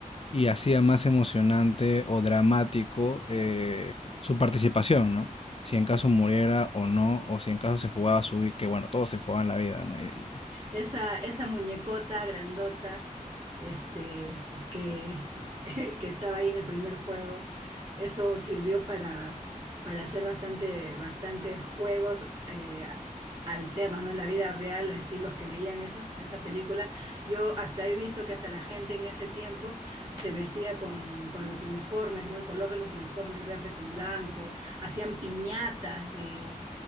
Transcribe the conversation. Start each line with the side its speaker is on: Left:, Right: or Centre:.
Left: y hacía más emocionante o dramático eh, su participación, ¿no? Si en caso muriera o no, o si en caso se jugaba su vida, que bueno, todos se jugaban la vida, ¿no? Y-
Right: esa, esa muñecota grandota este, que, <laughs> que estaba ahí en el primer juego. Eso sirvió para, para hacer bastante, bastante juegos eh, alternos, ¿no? En la vida real, es decir, los que veían esa, esa película. Yo hasta he visto que hasta la gente en ese tiempo se vestía con, con los uniformes, ¿no? El color de los uniformes, verde con blanco, hacían piñatas de,